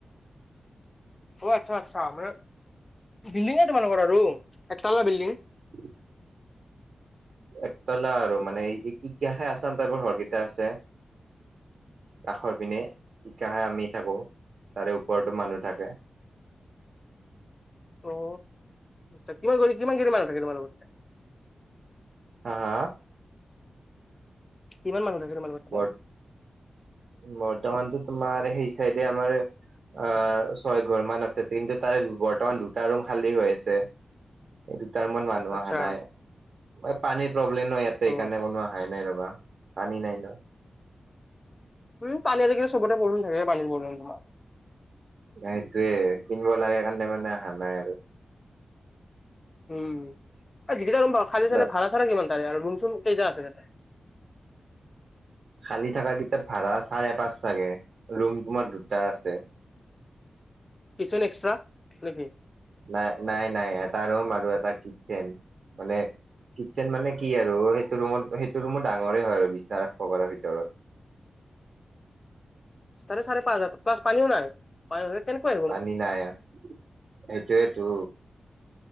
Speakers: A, on the left; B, on the right.
A: অ আচ্ছা আচ্ছা মানে বিল্ডিঙে তোমালোকৰ আৰু এক তালা বিল্ডিং
B: <unintelligible> একতলা আৰু মানে এতিয়াহে আচাম টাইপৰ ঘৰকেইটা আছে। কাষৰ পিনে ইটাহে আমি থাকো তাৰে ওপৰতো মানুহ থাকে।
A: অ কিমান কৰি কিমান খিনি মানুহ থাকে তোমালোকৰ।
B: হা হা
A: কিমান মানুহ থাকে তোমালোকৰ?
B: বৰ বৰ্তমানতো তোমাৰ সেই চাইডে আমাৰ, আ ছয় ঘৰ মান আছে কিন্তু তাৰে বৰ্তমান দুটা ৰুম খালী হৈ আছে। সেইদুটা ৰুম মানুহ
A: আচ্ছা
B: অহা নাই এই পানীৰ প্ৰব্লেম ন ইয়াতে সেইকাৰণে
A: অ
B: কোনো আহা নাই, নাই নাই ৰবা পানী নাই ন,
A: উম পানী আজিকালি চবতে প্ৰব্লেম থাকে পানীৰ প্ৰব্লেম তোমাৰ,
B: সেইটোয়ে কিনিব লাগে কাৰণে মানে অহা নাই আৰু,
A: উম এ যিকেইটা ৰুম বাৰু খালি চালি
B: বাট
A: ভাড়া চাড়া কিমান তাৰে আৰু ৰুম চুম কেইটা আছে তাতে,
B: খালী থাকা কেইটাত ভাড়া চাৰে পাঁচ চাগে ৰুম তোমাৰ দুটা আছে।
A: কিচেন এক্সট্ৰা নেকি?
B: নাই নাই নাই এটা ৰুম আৰু এটা কিটচেন মানে, কিটচেন মানে কি আৰু সেইটো ৰুমত সেইটো ৰুমো ডাঙৰে হয় আৰু বিছনা ৰাখবা পাৰা ভিতৰত।
A: তাৰে চাৰে পাঁচ হাজাৰ প্লাছ পানীও নাই, পানী নহলে কেনেকুৱা,
B: পানী নাই সেইটোৱেতো।